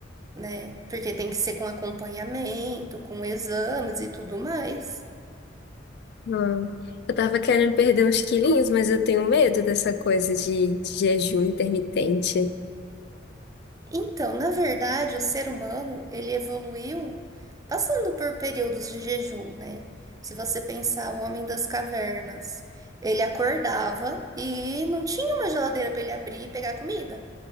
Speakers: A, on the right; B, on the left.
A: né? Porque tem que ser com acompanhamento, com exames e tudo mais.
B: Ah, eu tava querendo perder uns quilinhos, mas eu tenho medo dessa coisa de, de jejum intermitente.
A: Então, na verdade, o ser humano, ele evoluiu passando por períodos de jejum, né? Se você pensar o homem das cavernas, ele acordava e não tinha uma geladeira para ele abrir e pegar comida.